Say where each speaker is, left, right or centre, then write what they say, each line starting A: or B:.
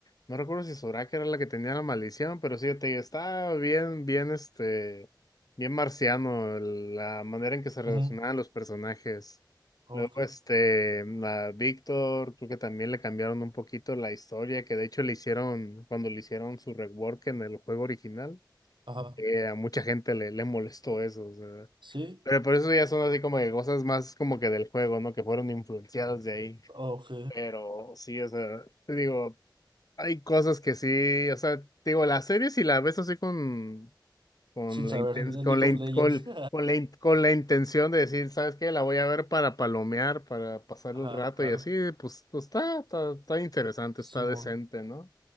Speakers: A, on the left; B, on the right.
A: no recuerdo si Soraka era la que tenía la maldición, pero sí, te digo, estaba bien, bien, este, bien marciano el- la manera en que se relacionaban
B: ujú,
A: los personajes.
B: Ok.
A: Luego, este, la Víctor, creo que también le cambiaron un poquito la historia, que de hecho le hicieron, cuando le hicieron su rework en el juego original,
B: Ajá.
A: eh, a mucha gente le, le molestó eso, o sea.
B: Sí.
A: Pero por eso ya son así como de cosas más como que del juego, ¿no? Que fueron influenciadas de ahí.
B: Ok.
A: Pero sí, o sea, te digo, hay cosas que sí, o sea, te digo, las series si la ves así con, con
B: Sin saber
A: la inten-
B: de
A: con
B: League
A: la,
B: of
A: in-
B: Legends.
A: con,
B: <laughs>
A: con la in- con la intención de decir, ¿sabes qué? La voy a ver para palomear, para pasar
B: Ajá,
A: el rato
B: claro.
A: y así, pues, pues está, está, está interesante,
B: Simón.
A: está decente, ¿no?